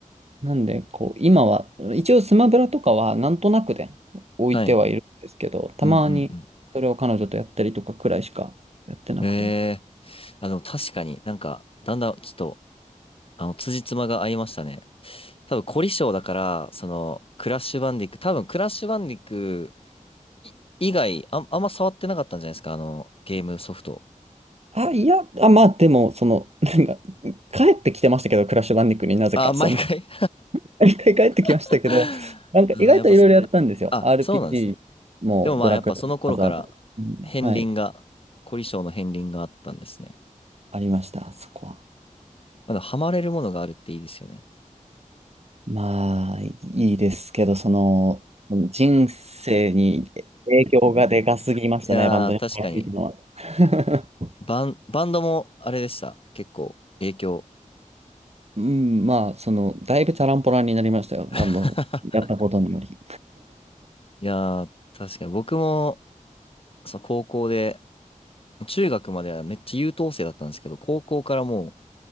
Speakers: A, on the right; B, on the left.
A: なんで、こう、今は、一応スマブラとかはなんとなくで置いてはいるんですけど、
B: はい。
A: たまにそれを彼女とやったりとかくらいしかやってなくて。
B: うんうんうん。ええー、あの、確かになんか、だんだんちょっと、あの、辻褄が合いましたね。多分凝り性だから、その、クラッシュバンディック、多分クラッシュバンディック、い以外、あん、あんま触ってなかったんじゃないですか、あの、ゲームソフト。
A: あ、いや、あ、まあでも、その、なんか、帰ってきてましたけど、クラッシュバンディックになぜか、
B: あ、毎回
A: その <laughs> 一回帰ってきましたけど、
B: <laughs>
A: なんか意外といろいろやったんですよ。
B: うん、やっぱそ、あ、
A: RPG
B: そうなんですね。
A: もドラクエもマザーとか。
B: でもまあ、やっぱその頃から、
A: うんはい。
B: 片鱗が、凝り性の片鱗があったんですね。
A: ありました、そこは。
B: まだハマれるものがあるっていいですよね。
A: まあ、いいですけど、その、人生に影響がでかすぎましたね、
B: いやー、
A: バンドに入っていたのは。
B: 確かに。
A: <laughs>
B: バン、バンドもあれでした。結構、影響。
A: うん、まあ、その、だいぶチャランポランになりましたよ、バンドやったことにより。
B: <laughs> いやー、確かに僕も、そう、高校で、中学まではめっちゃ優等生だったんですけど、高校からも